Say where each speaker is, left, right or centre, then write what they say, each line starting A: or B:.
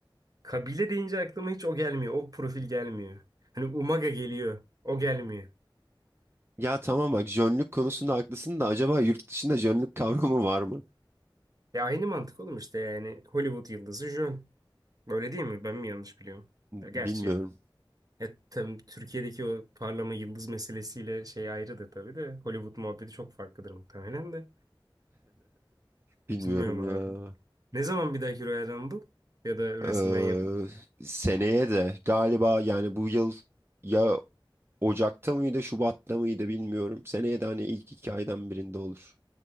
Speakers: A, on the right; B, on the right.
A: Kabile deyince aklıma hiç o gelmiyor. O profil gelmiyor. Hani Umaga geliyor. O gelmiyor.
B: Ya tamam bak jönlük konusunda haklısın da acaba yurt dışında jönlük kavramı var mı?
A: Ya aynı mantık oğlum işte yani Hollywood yıldızı jön. Böyle değil mi? Ben mi yanlış biliyorum? Ya gerçi
B: Bilmiyorum,
A: E, tabii Türkiye'deki o parlama yıldız meselesiyle şey ayrıdır tabii de. Hollywood muhabbeti çok farklıdır muhtemelen de.
B: bilmiyorum
A: Bilmiyorum
B: ya.
A: abi. Ne zaman bir dahaki Royal Rumble ya da WrestleMania?
B: Ee, seneye de galiba yani bu yıl ya Ocak'ta mıydı, Şubat'ta mıydı bilmiyorum. Seneye de hani ilk iki aydan birinde olur.